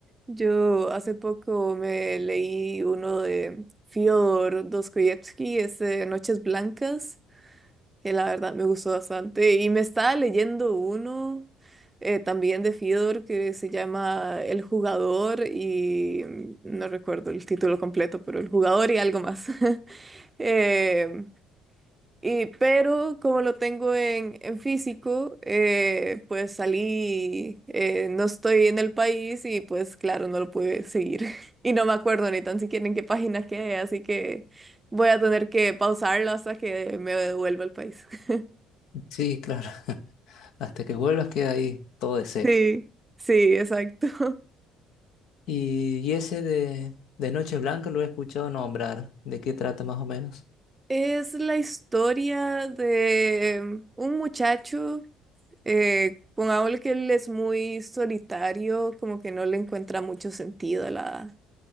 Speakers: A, on the right (about 20°); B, on the left (about 65°).
A: Yo hace poco me leí uno de Fyodor Dostoyevsky, ese Noches Blancas, que la verdad me gustó bastante. Y me estaba leyendo uno eh, también de Fyodor que se llama El Jugador y mm, no recuerdo el título completo, pero El Jugador y algo más. <laughs> Em, y, pero como lo tengo en, en físico, eh, pues salí, eh, no estoy en el país y pues claro, no lo pude seguir. <laughs> Y no me acuerdo ni tan siquiera en qué página quedé, así que voy a tener que pausarlo hasta que me devuelva al país. <laughs>
B: Sí, claro, <laughs> hasta que vuelvas queda ahí todo de cero.
A: Sí, sí, exacto. <laughs>
B: Y, y ese de, de Noche Blanca lo he escuchado nombrar, ¿de qué trata más o menos?
A: Es la historia de un muchacho, eh, pongámosle que él es muy solitario, como que no le encuentra mucho sentido a la,